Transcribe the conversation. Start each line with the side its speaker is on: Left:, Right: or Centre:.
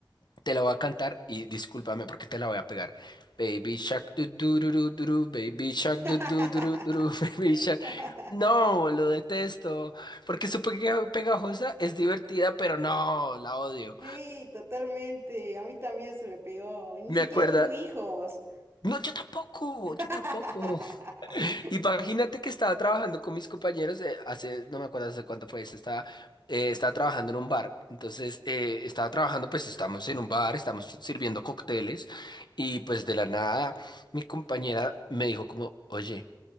Left: te la voy a cantar y discúlpame porque te la voy a pegar. Baby Shark, du, du, du, du, du, du, Baby Shark,
Right: <laughs>
Left: du, du, du, du, du, <laughs> Baby Shark. No, lo detesto. Porque su pega- pegajosa es divertida, pero no, la odio.
Right: Sí, totalmente. A mí también se me pegó. Y ni
Left: Me
Right: siquiera
Left: acuerda.
Right: tengo hijos.
Left: No, yo tampoco,
Right: <laughs>
Left: yo tampoco. Imagínate que estaba trabajando con mis compañeros, eh, hace, no me acuerdo hace cuánto fue esto, estaba, eh, estaba trabajando en un bar. Entonces, eh, estaba trabajando, pues estamos en un bar, estamos sirviendo cócteles y pues de la nada mi compañera me dijo como, oye,